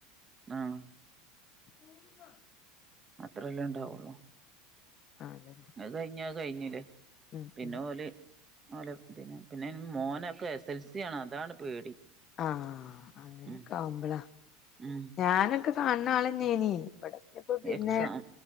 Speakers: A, on the right; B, on the left.
A: ആഹ്
B: ഉമ്മ
A: അത്രല്ലേ ഉണ്ടാവുള്ളൂ
B: ആഹ് അതന്നെ
A: അത് കയ്ഞ്ഞാ അത് കയ്ഞ്ഞില്ലേ
B: ഉം
A: പിന്നെ
B: ഉം
A: ഓല് ഓലെ ഇതിന് പിന്നെ ഇനി മോനൊക്കെ എസ് എൽ സി ആണ് അതാണ് പേടി
B: ആഹ് അങ്ങനൊക്കെ
A: ഉം
B: ആവുമ്പളാ
A: ഉം
B: ഞാനൊക്കെ കാൺണ ആളെന്നേയേനി ഇവടെത്തിയപ്പ പിന്നെ
A: എക്സാം